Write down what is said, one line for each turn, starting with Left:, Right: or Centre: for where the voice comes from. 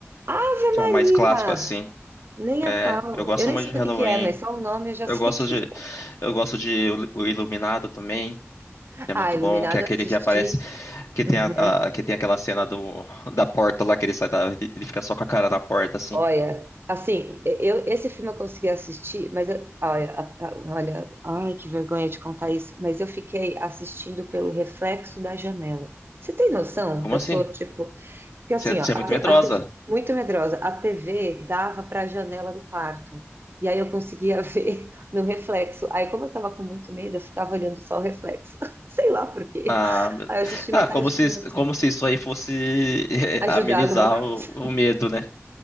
Right: Ave
Left: que
Right: Maria!
Left: é o mais clássico assim.
Right: Nem
Left: É,
Right: a pau.
Left: eu gosto
Right: Eu nem
Left: muito
Right: sei
Left: de
Right: do
Left: Halloween.
Right: que que é, mas só o nome eu já
Left: Eu
Right: sei
Left: gosto
Right: que.
Left: de,
Right: <laughs>
Left: eu gosto de O O Iluminado também,
Right: Ah,
Left: que é muito
Right: Iluminado
Left: bom, que é aquele
Right: eu assisti.
Left: que aparece, que
Right: Uhum.
Left: tem a, a- que tem aquela cena do, da porta lá que ele sai da, ele fica só com a cara na porta assim.
Right: Olha, assim, eu, esse filme eu consegui assistir, mas eu- olha, a- a- olha, ai, que vergonha de contar isso, mas eu fiquei assistindo pelo reflexo da janela. Você tem noção
Left: Como
Right: que eu
Left: assim?
Right: sou tipo, porque assim,
Left: Você, você
Right: ó, a,
Left: é muito
Right: te-
Left: medrosa.
Right: a TV muito medrosa, a TV dava para a janela do quarto. E aí eu conseguia <laughs> ver no reflexo. Aí como eu tava com muito medo, eu ficava olhando só o reflexo. <laughs> Sei lá por quê.
Left: Ah, meu-
Right: Aí eu assisti metade
Left: ah, como se,
Right: do filme assim,
Left: como se isso aí fosse eh,
Right: ajudar
Left: amenizar
Right: alguma coisa.
Left: o, o medo, né?